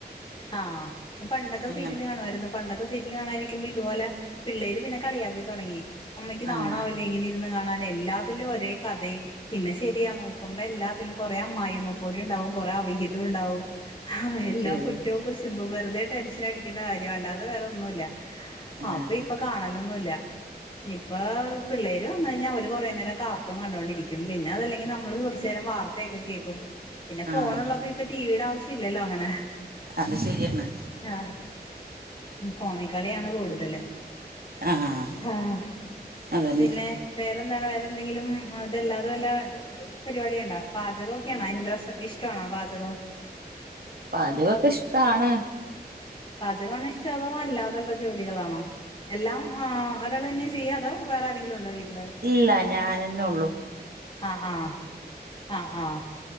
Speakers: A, on the left; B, on the right.
A: ആഹ് പണ്ടൊക്കെ
B: അങ്ങനെ
A: സീരീല് കാണുമായിരുന്നു. പണ്ടൊക്കെ സീരീല് കാണാനിരിക്കുമ്പ ഇതുപോലെ പിള്ളേര് പിന്നെ കളിയാക്കി തൊടങ്ങി. ഉമ്മിക്ക് നാണാവില്ലേ
B: ആഹ്
A: ഇങ്ങനെ ഇരുന്ന് കാണാന് എല്ലാത്തിലും ഒരേ കഥയും പിന്നെ ശെരിയാ നോക്കുമ്പ എല്ലാത്തിലും കൊറേ അമ്മായമ്മ പോര്ണ്ടാവും കൊറേ അവിഹിതണ്ടാവും ആഹ്
B: അത്
A: എല്ലാം
B: ശരി
A: കുറ്റോം കുശുമ്പും വെറുതെ ടെൻഷനടിക്കേണ്ട കാര്യം അല്ലാതെ വേറെ ഒന്നുല്ല
B: ആഹ്
A: അപ്പ ഇപ്പൊ കാണലൊന്നുല്ല. ഇപ്പൊ പിള്ളേര് വന്ന് കഴിഞ്ഞാൽ അവര് കുറേ നേരം കാർട്ടൂൺ കണ്ടോണ്ടിരിക്കും പിന്നെ അതല്ലെങ്കിൽ നമ്മള് കുറച്ചു നേരം വാർത്ത <unintelligible> കേൾക്കും പിന്നെ ഫോണുള്ളപ്പോ
B: ആഹ്
A: ഇപ്പൊ ടിവിയുടെ ആവശ്യം ഇല്ലല്ലോ അങ്ങനെ
B: അത് ശരി തന്നാ
A: ആഹ് ഫോണിക്കളിയാണ് കൂടുതല്
B: ആഹ്
A: ആഹ്
B: അതന്നെ
A: പിന്നെ വേറെന്താണ് വേറെ എന്തെങ്കിലും ഇതല്ലാതെ വല്ല പരിപാടി ഉണ്ടോ പാചകം <unintelligible> ഇന്റെരെസ്റ്റ്‌ ‌ ഇഷ്ടമാണോ പാചകം
B: പാചകൊക്കെ ഇഷ്ടാണ്
A: പാചകമാണോ ഇഷ്ട അതോ അല്ലാതുള്ള ജോലികളാണോ എല്ലാം ആഹ് ഒരാൾ തന്നെയ ചെയ്യാ അതോ വേറെ ആരെങ്കിലും ഉണ്ടോ വീട്ടില്
B: ഇല്ല ഞാനെ ഉള്ളൂ
A: ആഹ് ആഹ് ആഹ് ആഹ്